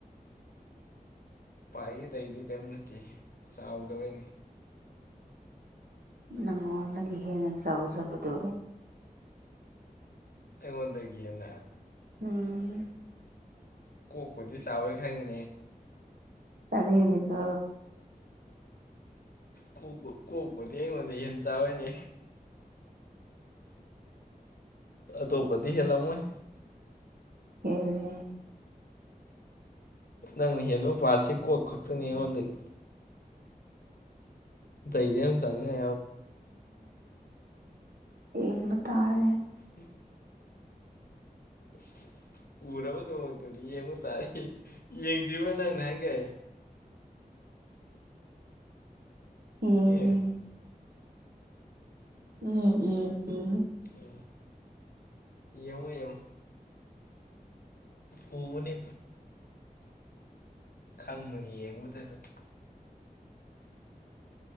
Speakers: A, on the left (about 75°); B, on the right (about 80°).
A: ꯄꯥꯏꯒꯦ ꯇꯩꯗꯨ ꯀꯔꯤꯝ ꯅꯠꯇꯦ ꯆꯥꯎꯗꯕꯩꯅꯤ
B: ꯅꯪꯉꯣꯟꯗꯒꯤ ꯍꯦꯟꯅ ꯆꯥꯎꯖꯕꯗꯨ
A: ꯑꯩꯉꯣꯟꯗꯒꯤꯅ
B: ꯎꯝ
A: ꯀꯣꯛꯄꯨꯗꯤ ꯆꯥꯎꯥꯋꯣꯏ ꯈꯪꯉꯤꯅꯦ
B: ꯇꯅꯤꯅꯤꯀꯣ
A: ꯀꯣꯛ ꯀꯣꯛꯄꯗꯤ ꯑꯩꯉꯣꯟꯗ ꯍꯟ ꯆꯥꯔꯣꯏꯅꯦ ꯑꯇꯣꯞꯄꯗꯤ ꯍꯦꯜꯂꯝꯃꯣꯏ
B: ꯎ <unintelligible> <inaudible>
A: ꯅꯪꯅ ꯍꯦꯟꯕ ꯄꯥꯔꯁꯤ ꯀꯣꯛ ꯈꯛꯇꯅꯤ ꯑꯩꯉꯣꯟꯗꯒꯤ ꯑꯇꯩꯗꯤ ꯌꯥꯝ ꯆꯪꯉꯦ
B: ꯌꯦ ꯌꯦꯕꯇꯥꯔꯦ
A: ꯎꯝ ꯁꯤ ꯎꯔꯕꯗꯨꯃꯛꯇꯨꯗꯤ ꯌꯦꯡꯕ ꯇꯥꯏ ꯌꯦꯡꯗ꯭ꯔꯤꯕ ꯅꯪ ꯅ ꯍꯥꯏꯪ ꯀꯦ
B: ꯌꯦ <unintelligible>
A: ꯑꯦ
B: <inaudible> ꯌꯦ ꯌꯦ ꯌꯦ
A: ꯑꯣ ꯌꯦꯉ ꯌ <inaudible> <unintelligible> ꯑꯣꯅꯦ ꯈꯪꯕꯅꯤ ꯌꯦꯡꯕꯗ ꯑꯗꯨꯝ